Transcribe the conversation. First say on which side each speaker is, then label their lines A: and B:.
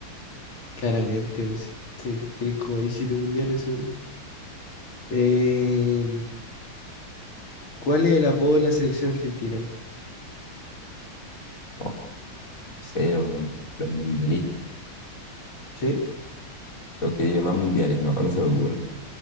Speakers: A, on the left; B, on the left.
A: Claramente, pues, sí, sí, tienen como 17 mundiales, seguro. Eh, ¿cuál es el apodo de la selección argentina?
B: Oh, no sé, los, los- los mundialistas.
A: ¿Qué?
B: Los que tienen más mundiales. No, no se me ocurre.